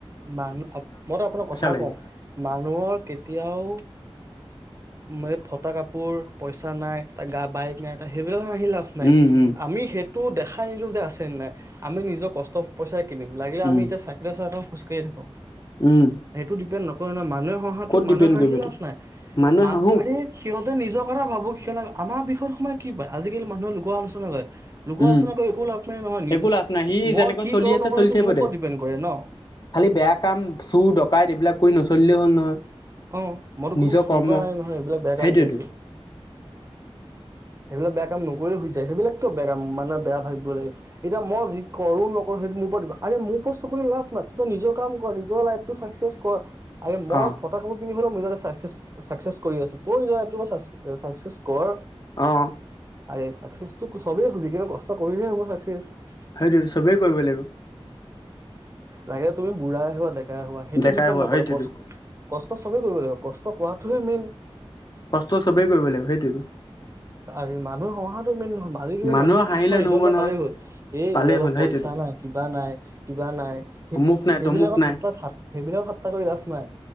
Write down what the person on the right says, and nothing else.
মান মইতো আপোনাক কথা
কও, মানুহৰ কেতিয়াও মই ফটা কাপোৰ, পইচা নাই তাৰ গা বাইক নাই ত সেইবোৰ হাঁহি লাভ নাই।
আমি সেই তো দেখাই দিলো যে আছে নাই, আমি নিজৰ কষ্ট পইচা কিনিম। লাগিলে
আমি এতিয়া চাইকেলে চলাই থাক খোজকাঢ়িয়ে থাকো।
সেইটো ডিপেণ্ড নক ৰে ন' মানু্হে হঁহাটো
মানুহ হাঁহি
লাভ নাই,
মা
আৰে সিহঁতে নিজৰ কথা ভাব সেইকাৰণে আমাৰ বিষয়ত সোমাই কি পায়? আজিকালি মানুহে লোকৰ আলোচনা কৰে। লোকৰ
আলোচনা কৰি একো লাভ নাই নহয়। নিজে
মই কি
কৰো
নকৰো
সেইটো
মোৰ ওপৰত
ডিপেণ্ড কৰে ন'।
অ' মইতো
কোনো চুৰ
কৰা নাই নহয়, এইবিলাক বেয়া
কাম কৰিছো। সেইবিলাক বেয়া কাম নকৰি হৈ যায়, সেইবিলাকতো বেয়া মানুহে বেয়া ভাবিব লাগে। এতিয়া মই যি কৰো নকৰো সেইটো মোৰ ওপৰত ডিপেণ্ড। আৰে মোৰ উপৰত চকু দি লাভ নাই, তই নিজৰ কাম কৰ, নিজৰ লাইভ চাকচেচ কৰ। আৰে মই
কৰি হ'লেও মই নিজে চাকচেচ -চাকচেচ কৰি আছো। তই নিজৰ লাইভটো এবাৰ চাক-চাকচেচ কৰ
আৰে চাকচেচটো চবেই হবি, কিন্তু কষ্ট কৰিলেহে হ'ব চাকচেচ।
লাগিলে তুমি বুঢ়ায়ে হোৱা ডেকা হোৱা সেইটো
ডিপেন
নকৰে।
কষ্ট কষ্ট চবে কৰিব লাগিব কষ্ট কৰাটোহে মেইন,
আৰে মানুহে হহা মেন নহয় <unintelligible>
মানুহে
কিছুমান ৰিজন
এটা
পালেই হ'ল। এ
ই অলপ
পইচা
নাই, কিবা নাই, কিবা নাই। সে-
সেইবিলাকত
টা সেইবিলাকত থাত্টা কৰি লাভ নাই।